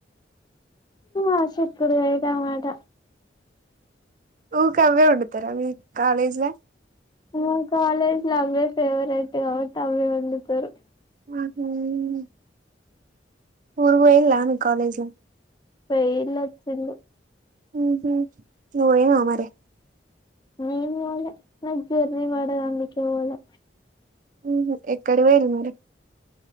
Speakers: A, on the left; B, on the right.
A: ఆ చిక్కుడుకాయ టమాట
B: ఊకవ్వే ఉండుతరా మీ కాలేజిల
A: ఉ కాలేజ్ ల అవే ఫవరెట్ కాబట్టి అవే వండుతరు
B: ఉ హ్ ఊరు పోయింల్ల మీ కాలేజ్
A: పెండ్లు అచ్చిండు
B: ఊ హు నువ్ పోయినవ మరి
A: మేం పోలే జర్నీ పడది అందుకె పోలే
B: ఊ ఎక్కడివేరు మరి